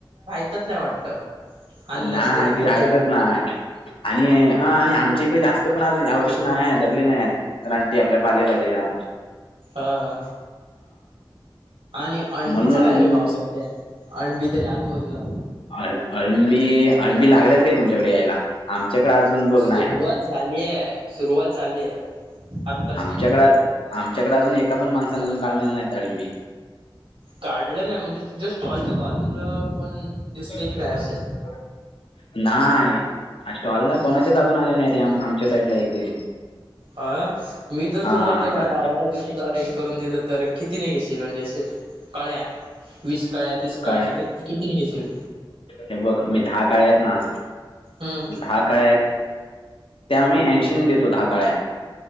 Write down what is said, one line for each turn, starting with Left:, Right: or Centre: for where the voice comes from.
Right: त्यात नाही वाटत. आणल्यास
Left: नाय
Right: तर
Left: ती
Right: कुठून
Left: राहतच नाय. आणि हा आणि आमच्या इकडे जास्त पण आज या वर्षी नाही आहेत धरले नाही आहेत. रानटी आपल्या पालेभाज्या या
Right: हा हा आणि अळबीचा
Left: म्हणून
Right: काय रे भाव सध्या? आळंबी तरी आजूबाजूला
Left: अ अळबी अळबी लागल्यात काय तुमच्याकडे यायला आमच्याकडें अजून बघ
Right: सुरुवात
Left: नाय
Right: झाली आहे सुरुवात झाली आहे आत्ताशी.
Left: आमच्याकडे आमच्याकडे अजून एका पण माणसाने अजून काढले नाही डाळिंबी
Right: काढलं नाही म्हणजे तुझ्या स्टॉलच्या बाजूला कोण
Left: <unintelligible>
Right: दिसले की नाही असे
Left: नाही स्टॉलला कोणाचेच अजून आले नाही आमच्या साईड ला इकडे
Right: ह मी जर
Left: हा
Right: तुला आता
Left: असं
Right: ह्या
Left: आहे.
Right: दहावारा दिली अरेंज करून दिलं तर कितीने घेशील म्हणजे असं कळ्या वीस कळ्या तीस
Left: काळ्या
Right: कळ्या श कित कितनी घेशील?
Left: हे बघ मी दहा कळ्या आहेत ना
Right: हम्म
Left: दहा कळ्या त्या मी ऐंशीने देतो दहा काळ्या